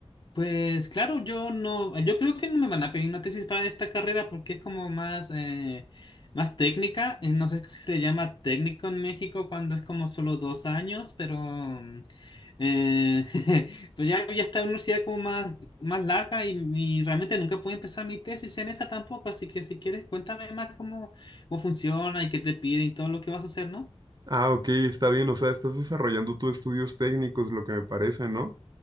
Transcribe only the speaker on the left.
Pues claro, yo no, yo creo que no me van a pedir una tesis para esta carrera porque es como más, eh, más técnica. eh, No sé si se le llama técnico en México cuando es como solo dos años, pero mm, eh, <laughs> pues ya, ya está en una universidad como más, más larga y, y realmente nunca pude empezar mi tesis en esa tampoco. Así que si quieres, cuéntame más cómo, cómo funciona y qué te pide y todo lo que vas a hacer, ¿no?